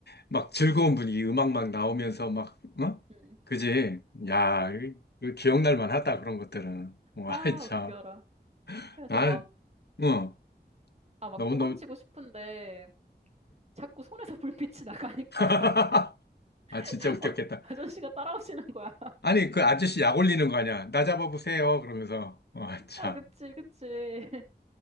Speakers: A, on the left (about 70°); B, on the right (about 40°).
A: 막 즐거운 분위기, 음악 막 나오면서 막, 어?
B: 음.
A: 그지? 야, 그, 그 기억날 만하다. 그런 것들은. 와,
B: 아,
A: <laughs> 참.
B: 웃겨라. 그래서
A: 난,
B: 막,
A: 어,
B: 아, 막
A: 너무너무.
B: 도망치고 싶은데, 자꾸 손에서 불빛이 나가니까,
A: <laughs>
B: <laughs>
A: 아, 진짜
B: 자꾸
A: 웃겼겠다.
B: 아저씨가 따라오시는 거야. <laughs>
A: 아니, 그 아저씨 약 올리는 거 아니야. 나 잡아보세요. 그러면서. 와, 참.
B: 아, 그치, 그치. <laughs>